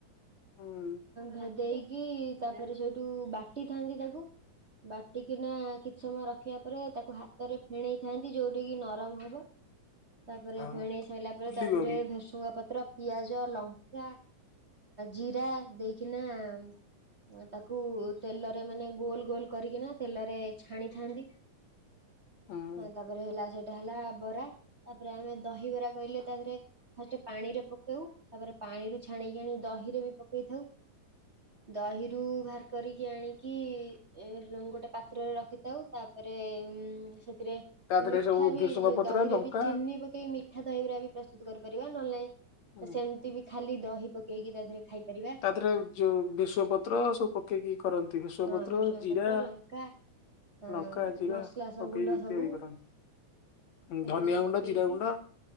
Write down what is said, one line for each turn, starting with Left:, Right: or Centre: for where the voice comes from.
Left: ହୁଁ
Right: ଭେଦେଇକି କି ତାପରେ ସେଇଠୁ ବାଟି ଥାନ୍ତି ତାକୁ। ବାଟିକିନା କି ସମୟ ରଖିବା ପରେ ତାକୁ ହାତରେ ଫେଣେଇଥାନ୍ତି ଯୋଉଟାକିି ନରମ ହବ। ତାପରେଫେଣେଇ
Left: ହଁ
Right: ସାଇଲା ପରେ
Left: ଫୁଲିକୋବି
Right: ତା ଦେହରେ ଭେରସୁ ଭେରସୁଂଗା ପତ୍ର ପତ୍ର, ପିଆଜ, ଲଙ୍କା, ଜିରା ଦେଇକିନା- ତାକୁ ତେଲରେ ମାନେ ଗୋଲ ଗୋଲ କରିକିନା ତେଲରେ ଛାଣିଥାନ୍ତି।
Left: ହୁଁ
Right: ହଁ ତାପରେ ହେଲା ସେଠି ଟା ହେଲା ବରା ତାପରେ ଆମେ ଦହି ବରା କହିଲେ ତାଦିହରେ ଫାଷ୍ଟରେ ପାଣି ରେ ପକେଉ ତାପରେ ପାଣିରୁ ଛାଣିକି ଆଣି ଦହିରେ ବି ପକେଇଥାଉ। ଦହିରୁ ବାହାର କରିକି ଆଣିକି ଏ ଗୋଟେ ପାତ୍ରରେ ରଖିଥାଉ। ତା ପରେ ଉ ସେଥିରେ
Left: ତା ଦେହରେ
Right: ମିଠା
Left: ସବୁ
Right: ବି
Left: ଭେସୁଙ୍ଗା
Right: ଯୋ
Left: ପତ୍ର
Right: ଦହିରେ
Left: ଲଙ୍କା
Right: ବି ଚିନି ପକେଇ ମି ମିିଠା ଦହି ବରା ବି ପ୍ରସ୍ତୁତ କରିପାରିବା ନହଲେ ନାଇଁ
Left: ହୁଁ
Right: ସେମିତି ବି ଖାଲି ଦହି ପକେଇକି ତା ଦେହରେ ଖାଇ ପାରିବା।
Left: ତାଥିରେ ଯୋଉ ଭେଶୁଆଁ ପତ୍ର ସବୁ ପକେଇକି କରନ୍ତି। ଭେଶୁଆଁ
Right: ହଁ
Left: ପତ୍ର,
Right: ଭେସୁଙ୍ଗା
Left: ଜିରା
Right: ପତ୍ର ଲଙ୍କା ଅ
Left: ଲଙ୍କା, ଜିିରା
Right: ମସଲା ସବୁ
Left: ପକେଇକି
Right: ଗୁଣ୍ଡ ସବୁ
Left: ତିଆରି କରନ୍ତି। ଉଁ
Right: ସେଗୁରା
Left: ଧନିଆ
Right: ସବୁ
Left: ଗୁଣ୍ଡା,
Right: ପକେଇକି
Left: ଜିରା ଗୁଣ୍ଡ